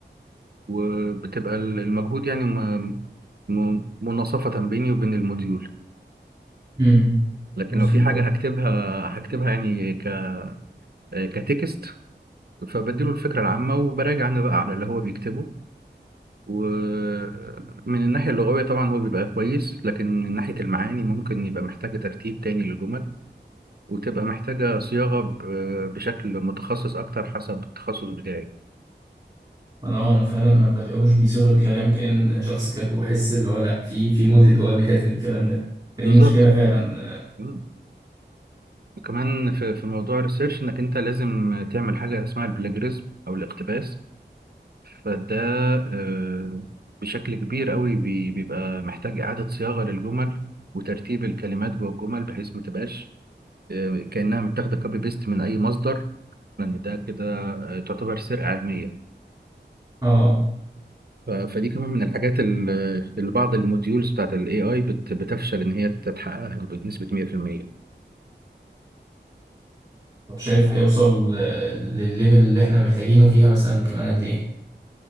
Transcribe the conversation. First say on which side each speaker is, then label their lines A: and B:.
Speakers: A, on the right; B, on the right.
A: وبتبقى ال- المجهود يعني م- م- مناصفه بيني وبين الموديول
B: امم
A: لكن
B: مظبوط
A: لو في حاجه
B: أيوة.
A: هكتبها هكتبها يعني ك كتكست فبديله الفكره العامه وبراجع انا بقى على اللي هو بيكتبه ومن الناحية اللغوية طبعا هو بيبقى كويس لكن من ناحية المعاني ممكن يبقى محتاجة ترتيب تاني للجمل وتبقى محتاجة صياغة ب- بشكل متخصص أكتر حسب التخصص بتاعي
B: انا آه، انا فعلا ما بلاقيهوش بيصيغ الكلام كأن شخص كاتبه بحس اللي هو لا في في موديل هو اللي كاتب الكلام ده فدي
A: بالظبط
B: مشكلة فعلا
A: مم. كمان في في موضوع الريسيرش إنك أنت لازم تعمل حاجة اسمها البلاجريزم أو الاقتباس فده آه، بشكل كبير قوي بي- بيبقى محتاج إعادة صياغة للجمل وترتيب الكلمات جوه الجمل بحيث ما تبقاش آه، كأنها متاخدة كوبي بيست من أي مصدر ان ده كده آه، تعتبر سرقه علميه
B: اه آه.
A: ف- فدي كمان من الحاجات ال- اللي بعض الموديولز بتاعت الاي اي بتفشل ان هي تتحققها بنسبه 100%
B: طب شايف هيوصل آه، للليفل اللي احنا محتاجينه فيها مثلا كمان قد ايه